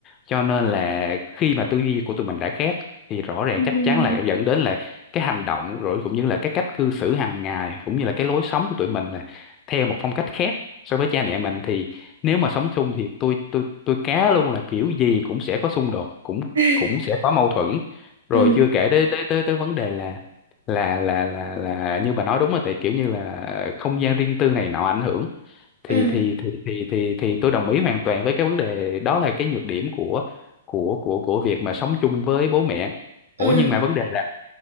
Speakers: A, on the left; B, on the right.
A: cho nên là khi mà tư duy của tụi mình đã khác thì rõ ràng
B: Ừ.
A: chắc chắn là dẫn đến là cái hành động rồi cũng như là cái cách cư xử hàng ngày cũng như là cái lối sống của tụi mình là theo một phong cách khác so với cha mẹ mình thì nếu mà sống chung thì tôi tôi tôi cá luôn là kiểu gì cũng sẽ có xung đột cũng
B: <laughs>
A: cũng sẽ có mâu thuẫn rồi
B: ừ
A: chưa kể tới tới tới tới vấn đề là là là là là như bà nói đúng là tại kiểu như là không gian riêng tư này nọ ảnh hưởng thì
B: ừ
A: thì thì thì thì thì tôi đồng ý hoàn toàn với cái vấn đề đó là cái nhược điểm của của của của việc mà sống chung với bố mẹ. Ủa
B: ừ
A: nhưng mà vấn đề là